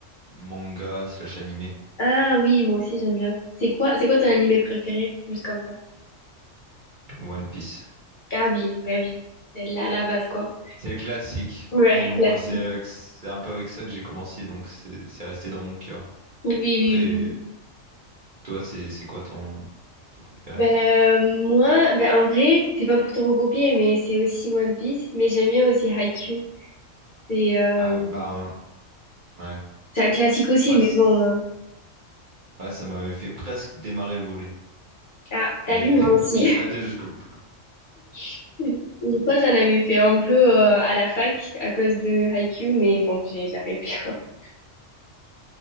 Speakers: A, on the right (about 45°); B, on the left (about 50°).
A: mangas slash animés
B: Ah oui, moi aussi j'aime bien. C'est quoi, c'est quoi ton animé préféré? Juste comme ça.
A: One Piece.
B: Ah oui, bah oui. C'est là, la base, quoi.
A: C'est le classique.
B: Ouais,
A: Mais bon,
B: classique.
A: c'est avec- c'est un peu avec ça que j'ai commencé, donc c'est c'est resté dans mon cœur.
B: Oui, oui,
A: Après,
B: oui. oui.
A: toi, c'est c'est quoi ton ton préféré?
B: Ben, euh, moi, ben, en vrai, c'est pas pour te recopier, mais c'est aussi One Piece. Mais j'aime bien aussi Haikyuu. C'est euh,
A: Ah oui, bah ouais.
B: c'est un classique aussi,
A: Moi,
B: mais
A: c'est-
B: bon. euh,
A: ouais, ça m'avait fait presque démarrer le volet,
B: Ah, t'as
A: mais
B: vu, moi
A: <laughs>
B: aussi.
A: j'ai pas été jusqu'au bout.
B: <laughs> Je crois que j'en avais fait un peu euh, à la fac à cause de Haikyuu, mais bon, j'ai j'ai arrêté. <laughs>